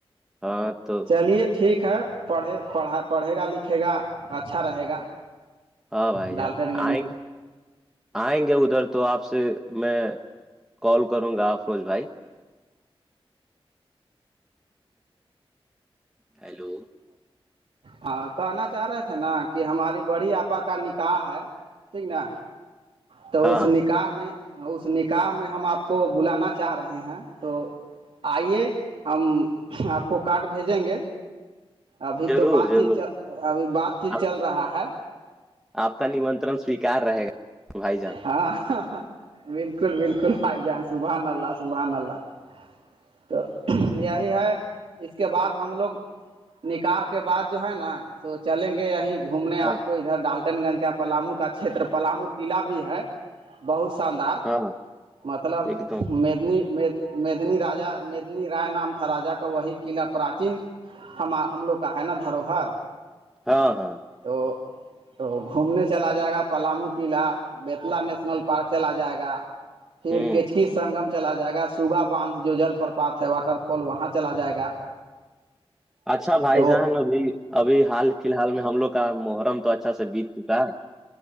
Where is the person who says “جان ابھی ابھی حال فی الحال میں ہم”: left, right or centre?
Centre